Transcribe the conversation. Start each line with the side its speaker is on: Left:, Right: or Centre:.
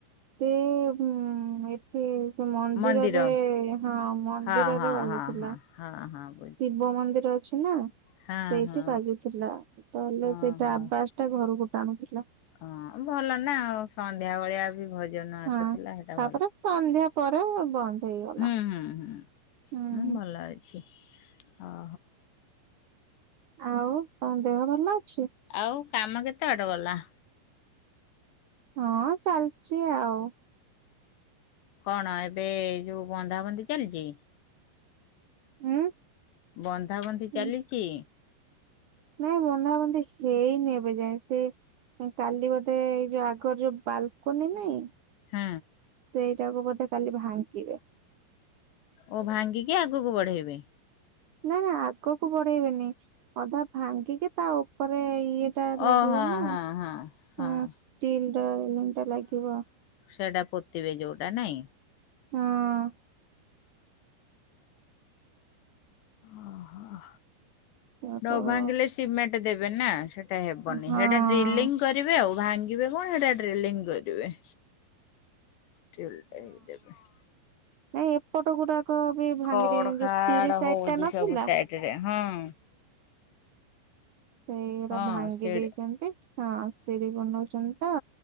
Right: ସେ----ଏଠି ସେ ମନ୍ଦିରରେ,
Left: ମନ୍ଦିର
Right: ହଁ ମନ୍ଦିରରେ
Left: ହଁ ହଁ
Right: ବା
Left: ହଁ
Right: ଥିଲା।
Left: <inaudible>
Right: ଶିବ ମନ୍ଦିର ଅଛି ନା,
Left: ହଁ
Right: ସେଇଠି
Left: ହଁ
Right: ବାଜୁଥିଲା। ତା'ହେଲେ
Left: ହଁ
Right: ସେଇଟା
Left: ହଁ
Right: ଆବାସ୍‌ ଟା ଘରକୁ ଟାଣୁ ଲା।
Left: ହଁ, ଭଲ ନା ଆଉ ସନ୍ଧ୍ୟା ବଳିଆ ବି ଭଜ <unintelligible>
Right: ହଁ। ତାପରେ ସନ୍ଧ୍ୟା ପରେ ବନ୍ଦ ହେଇଗଲା
Left: ଉଁ,
Right: ହୁଁ।
Left: ଭଲ ଅଛି। ଅ
Right: ଆଉ ତମ ଦେହ ଭଲ ଅଛି?
Left: ଆଉ କାମ କେତେ ବାଟ ଗଲା?
Right: ହଁ, ଚାଲ୍ଚି ଆଉ।
Left: କ'ଣ ଏବେ ଯଉ ବନ୍ଧା ବନ୍ଧି ଚାଲ୍ଚି?
Right: <inaudible>
Left: ବନ୍ଧା ବନ୍ଧି
Right: ହୁଁ,
Left: ଚାଲିଚି।
Right: ନାଇଁ, ବନ୍ଧା ବନ୍ଧି ହେଇନି ଏବେ ଯାଏ। ସେ କାଲି ବଧେ, ଏଇ ଯଉ ଆଗର ଯଉ ବାଲ୍ କୋନି ନାଇଁ।
Left: ହୁଁ।
Right: ସେଇଟାକୁ ବଧେ କାଲି ଭାଙ୍କିବେ।
Left: ଓ ଭାଙ୍ଗିକି ଆଗୁକୁ ବଢ଼େଇବେ।
Right: ନା ନା, ଆଗକୁ ବଢ଼େଇ ବେନି। ଅଧା ଭାଙ୍ଗିକି ତା ଉପରେ ଇ ଲାଗିବ
Left: ଓ ହଁ
Right: ନା, ହୁଁ
Left: ହଁ ହଁ ହଁ
Right: ଷ୍ଟିଲ୍‌ର ଲାଗିବ।
Left: ସେଟା ପୋତିବେ ଯଉଟା ନାଇଁ।
Right: ହଁ।
Left: ଓହୋ।
Right: ସେଠୁ
Left: ନ ଭାଙ୍ଗିଲେ
Right: ହଁ
Left: ସିମେଣ୍ଟ ଦେବେ ନା ସେଟା ହେବନି
Right: ହଁ
Left: ସେଟା ଡ୍ରିଲିଂ। କରିବେ ଆଉ ଭାଙ୍ଗିବେ କଣ ହେଟା ଡ୍ରେଲିଂ କରିବେ। <unintelligible>
Right: ନାଇଁ ଏପଟ ଗୁଡାକ ବି ଭାଙ୍ଗି
Left: ଖଡ
Right: ଦେଇଛନ୍ତି
Left: ଖାଡ
Right: ଯୋଉ ସିଡି ସାଇଡ
Left: ହଉଛି
Right: ଟା ନଥିଲା।
Left: ସବୁ ସାଇଡ ହଁ।
Right: ସେଇଗଡା
Left: ହଁ
Right: ଭାଙ୍ଗି
Left: ସେଡ
Right: ଦେଇଛନ୍ତି ହଁ ସିରି ବନଉଛନ୍ତି ତ।